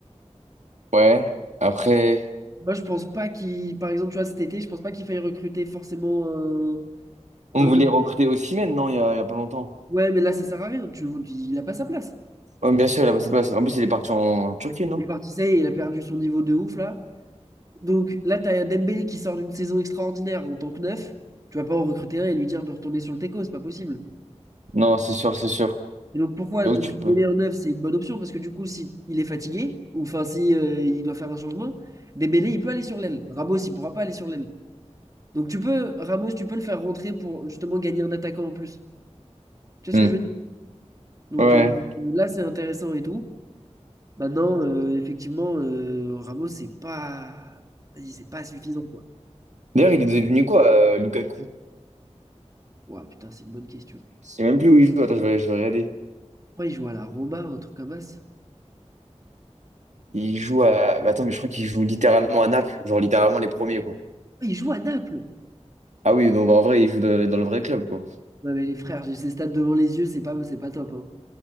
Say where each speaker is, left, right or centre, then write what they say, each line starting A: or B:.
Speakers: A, on the right; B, on the right.
A: Ouais. Après,
B: Moi je pense pas qu'il, par exemple, tu vois, cet été, je pense pas qu'il faille recruter forcément un,
A: on
B: un
A: voulait
B: neuf.
A: recruter Osimhen, non, il y a, il y a pas longtemps.
B: Ouais, mais là ça sert à rien. Tu, le vois, il a pas sa place.
A: Ouais, bien sûr, il a passé place. En plus, il est parti en Turquie, non?
B: Il est parti, ça y est, il a perdu son niveau de ouf là. Donc là, t'as Dembélé qui sort d'une saison extraordinaire en tant que neuf. Tu vas pas en recruter un et lui dire de retourner sur le teco, c'est pas possible.
A: Non, c'est sûr, c'est sûr.
B: Et donc pourquoi
A: C'est
B: de-
A: où tu
B: de- Dembélé
A: peux.
B: en neuf, c'est une bonne option parce que du coup, si il est fatigué ou enfin si euh, il doit faire un changement, Dembélé il peut aller sur l'aile. Ramos il pourra pas aller sur l'aile. Donc tu peux Ramos, tu peux le faire rentrer pour justement gagner un attaquant en plus. Tu vois
A: Hmm.
B: ce que je veux dire? Donc
A: Ouais.
B: euh, là c'est intéressant et tout. Maintenant euh, effectivement euh, Ramos c'est pas vas-y, c'est pas suffisant quoi.
A: D'ailleurs, il est devenu quoi, euh, Lukaku?
B: Ouah putain, c'est une bonne question.
A: Je sais même plus où il joue. Attends, je vais, je vais regarder.
B: Pourquoi il joue à la Roma, un truc comme ça?
A: Il joue à. bah, Attends, mais je crois qu'il joue littéralement à Naples, genre littéralement les premiers, quoi.
B: Ah, Il joue à Naples.
A: Ah oui, donc en vrai, il joue dans, dans le vrai club, quoi.
B: Non mais les frères, j'ai ces stats devant les yeux, c'est pas c'est pas top hein.